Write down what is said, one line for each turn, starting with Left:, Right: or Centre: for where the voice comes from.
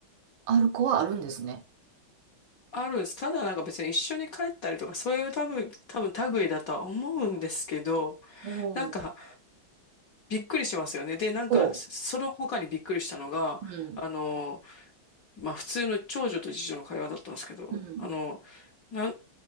Right: ある子はあるんですね。
Left: あるんです。ただなんか別に一緒に帰ったりとか、そういう多分、多分類だとは思うんですけど、
Right: うん。
Left: なんかびっくりしますよね。で、なんか、
Right: そ
Left: その他にびっくりしたのが、
Right: う。うん。
Left: あの、まあ、普通の長女と次女の会話だったんですけど、
Right: うん。
Left: あの、なん、